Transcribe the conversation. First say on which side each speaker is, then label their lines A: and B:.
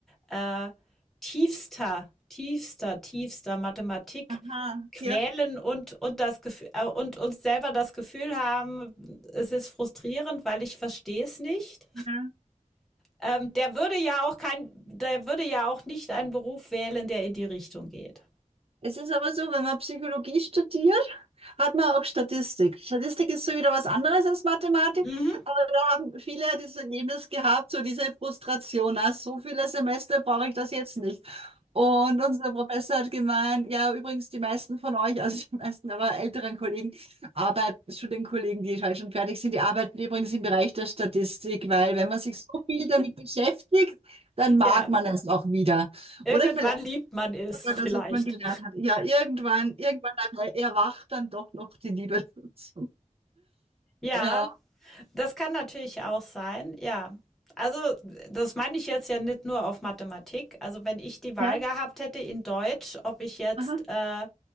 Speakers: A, in the centre; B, on the right.
A: äh, tiefster, tiefster, tiefster Mathematik
B: Aha,
A: quälen
B: ja.
A: und und das Gefühl äh, und uns selber das Gefühl haben, es ist frustrierend, weil ich verstehe es nicht.
B: ja.
A: Ähm, der würde ja auch kein, der würde ja auch nicht einen Beruf wählen, der in die Richtung geht.
B: Es ist aber so, wenn man Psychologie studiert, hat man auch Statistik. Statistik ist so wieder was anderes als Mathematik,
A: Mhm.
B: aber da haben viele das Erlebnis gehabt, so diese Frustration, na, so viele Semester brauche ich das jetzt nicht. Und unser Professor hat gemeint, ja, übrigens, die meisten von euch, also die meisten aber älteren Kollegen, Arbeit, Studienkollegen, die halt schon fertig sind, die arbeiten übrigens im Bereich der Statistik, weil wenn man sich so viel damit beschäftigt, dann mag
A: Ja.
B: man es auch wieder.
A: Irgendwann
B: Oder vielleicht
A: liebt man es
B: ja,
A: vielleicht.
B: das, was man gelernt hat. Ja, irgendwann, irgendwann dann erwacht dann doch noch die Liebe dazu.
A: Ja,
B: Ja.
A: das kann natürlich auch sein, ja. Also, das meine ich jetzt ja nicht nur auf Mathematik. Also, wenn ich die Wahl
B: Ja.
A: gehabt hätte in Deutsch, ob ich jetzt,
B: Aha.
A: äh,